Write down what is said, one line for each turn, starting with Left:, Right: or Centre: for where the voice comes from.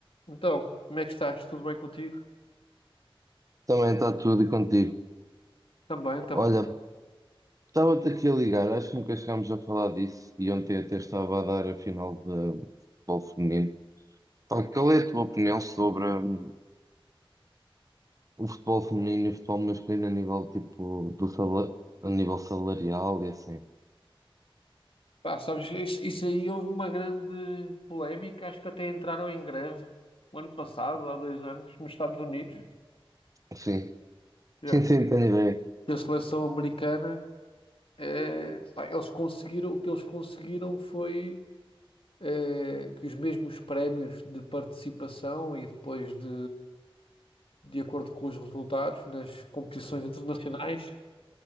Left: Então, como é que estás? Tudo bem contigo?
Right: Também está tudo e contigo.
Left: Também, também.
Right: Olha, estava-te aqui a ligar, acho que nunca chegámos a falar disso e ontem até estava a dar a final de futebol feminino. Pá, qual é a tua opinião sobre hum, o futebol feminino e o futebol masculino a nível tipo do sala- a nível salarial e assim?
Left: Pá, sabes, isso, isso aí houve uma grande polémica, acho que até entraram em greve o ano passado, há dois anos, nos Estados Unidos.
Right: Sim,
Left: Yeah.
Right: sim, sim, tenho ideia.
Left: E A seleção americana, eh, pá, eles conseguiram, o que eles conseguiram foi eh, que os mesmos prémios de participação e depois de, de acordo com os resultados nas competições internacionais